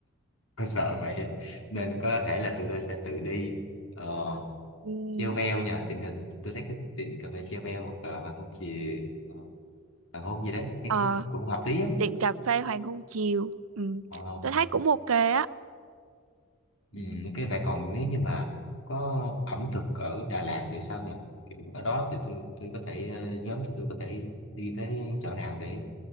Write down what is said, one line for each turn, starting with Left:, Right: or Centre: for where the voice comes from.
Left: <laughs> tôi sợ vậy á. nên có thể là tụi tôi sẽ tự đi ờ,
Right: Ừm,
Left: treo veo nha tiệm cà- tôi thấy cái tiệm cà phê treo veo hoặc là hoàng hôn chì ờ, hoàng hôn gì đấy nghe
Right: ờ,
Left: cũng, cũng hợp lý á
Right: tiệm cà phê Hoàng Hôn Chiều Ừm,
Left: ờ,
Right: tôi thấy cũng ok á
Left: Ừ, cái vậy còn nếu như mà có ẩm thực ở Đà Lạt thì sao nhỉ? Kiểu ở đó thì tôi tôi có thể ờ, nhóm tụi tôi có thể đi tới chỗ nào để